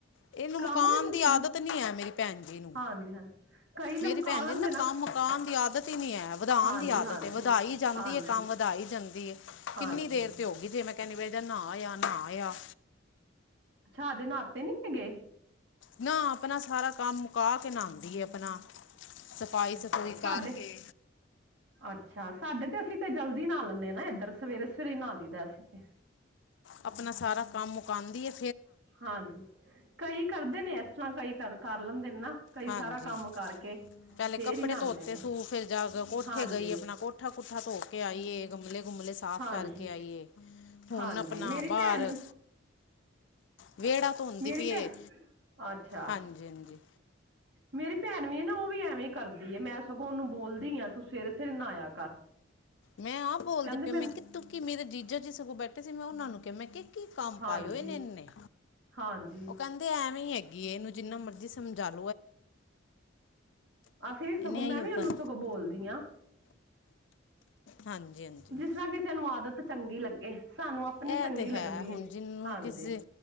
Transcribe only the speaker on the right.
ਕੰਮ
ਵੀ ਮੁੱਕ
ਹਾਂਜੀ ਹਾਂਜੀ। ਕਈ ਲਮਕਾ
ਲੈਂਦੇ
ਹਾਂਜੀ
ਹਾਂਜੀ
ਹਾਂਜੀ
ਹਾਂਜੀ
ਅੱਛਾ, ਹਜੇ ਨਹਾਤੇ ਨੀ ਸੀਗੇ।
ਅੱਛਾ
ਸਾਡੇ
ਅੱਛਾ ਸਾਡੇ ਤੇ ਅਸੀਂ ਤੇ ਜਲਦੀ ਨਾਅ ਲੈਂਦੇ ਹਾਂ ਨਾ ਇਧਰ ਸਵੇਰੇ-ਸਵੇਰੇ ਹੀ ਨਹਾ ਲਈ ਦਾ ਅਸੀਂ ਤੇ
ਹਾਂਜੀ, ਕਈ ਕਰਦੇ ਨੇ ਇਸ ਤਰ੍ਹਾਂ ਕਈ ਕਰ ਕਰ ਲੈਂਦੇ ਨੇ ਨਾ ਕਈ
ਸਾਰਾ ਕੰਮ ਕਰਕੇ
ਫੇਰ
ਹੀ ਨਹਾਉਂਦੇ
ਨੇ
ਹਾਂਜੀ
ਹਾਂਜੀ
ਹਾਂਜੀ
ਮੇਰੀ
ਭੈਣ ਵੀ
ਮੇਰੀ
ਭੈ
ਅੱਛਾ
ਮੇਰੀ ਭੈਣ ਵੀ ਏ ਨਾ ਉਹ ਵੀ ਐਵੇਂ ਹੀ ਕਰਦੀ ਐਂ, ਮੈਂ ਸਗੋਂ ਉਹਨੂੰ ਬੋਲਦੀ ਆ। ਤੂੰ ਸਵੇਰੇ-ਸਵੇਰੇ ਨਾਂਆ ਕਰ,
ਕਹਿੰਦੇ
ਮੈਨੂੰ
ਹਾਂਜੀ
ਹਾਂਜੀ
ਅਸੀਂ ਵੀ ਸਗੋਂ
ਮੈਂ ਵੀ ਉਹਨੂੰ
ਸਗੋਂ ਬੋਲਦੀ ਹਾਂ।
ਜਿਸ ਤਰ੍ਹਾਂ ਕਿਸੇ ਨੂੰ ਆਦਤ ਚੰਗੀ ਲੱਗੇ। ਸਾਨੂੰ ਆਪਣੀ
ਚੰਗੀ
ਲੱਗਦੀ
ਏ
ਹਾਂਜੀ